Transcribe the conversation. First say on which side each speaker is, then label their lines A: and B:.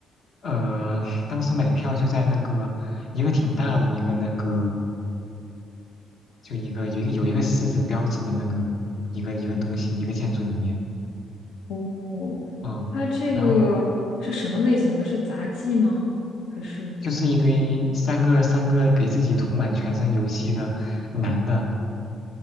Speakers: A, on the left (about 45°); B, on the left (about 75°).
A: 呃，<laughs> 当时买票就在那个一个挺大的一个那个。就一个有一个有一个狮子标志的那个一个一个东西，一个建筑里面，
B: 哦，
A: 嗯，
B: 它这个是什么类型的？
A: 然后
B: 是杂技吗？还是
A: 就是一堆三个三个给自己涂满全身油漆的男的，